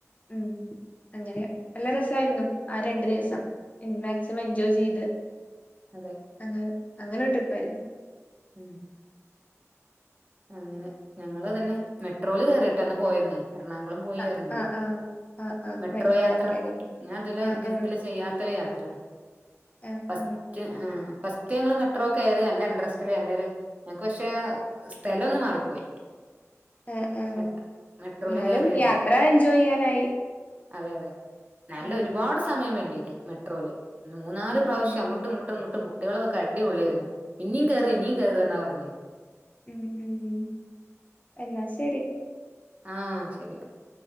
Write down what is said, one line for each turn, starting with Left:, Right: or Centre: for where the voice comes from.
Left: ഉം അങ്ങനെ. നല്ല രസായിരുന്നു ആ രണ്ടു ദിവസം,
Right: ഉം
Left: മാക്സിമം എൻജോയ് ചെയ്ത്
Right: അതെ
Left: അത് അങ്ങനെയൊരു ട്രിപ്പായിരുന്നു.
Right: ഉം അങ്ങനെ ഞങ്ങള് തന്നെ മെട്രോല് കേറിയിട്ടന്ന് പോയന്നേ എറണാകുളം പോയി
Left: ആ
Right: ഇറങ്ങില്ലേ.
Left: ആ ആ ആ ആ
Right: മെട്രോ യാത്ര
Left: യാത്രയിലോ
Right: ഞാൻ ഇതില്
Left: ആ
Right: ജീവിതത്തില്
Left: ആ
Right: ചെയ്യാത്തൊരു യാത്രയാണ്.
Left: ആ
Right: ഫസ്റ്റ്‌
Left: ആ
Right: ആ ഫസ്റ്റ് കൃത്യം ഞങ്ങള് മെട്രോ കയറി നല്ല ഇൻട്രസ്റ്റില് എല്ലാരും ഞങ്ങക്ക് പക്ഷേ സ്ഥലം ഒന്ന് മാറിപ്പോയി
Left: ഉം ഉം
Right: മെട്രോ മെട്രോല്
Left: എന്നാലും
Right: കയറിയതേ
Left: യാത്രാ എൻജോയ് ചെയ്യാനായി.
Right: അതെ അതെ നല്ല
Left: ഉം
Right: ഒരുപാട് സമയം സ്‌പെൻഡ് ചെയ്തു മെട്രോയില്. ന്ന് മൂന്നാലു
Left: ഉം
Right: പ്രാവശ്യം അങ്ങോട്ടും
Left: ഉം
Right: ഇങ്ങട്ടും ഇങ്ങട്ടും കുട്ടികളൊക്കെയടിപൊളിയായിരുന്നു. ഇന്നിം കേറ്
Left: ആ
Right: ഇന്നിം കേറ് എന്നാ പറഞ്ഞത്.
Left: ഉം ഉം എന്നാ ശെരി.
Right: ആ ശെരി ഓക്കെ.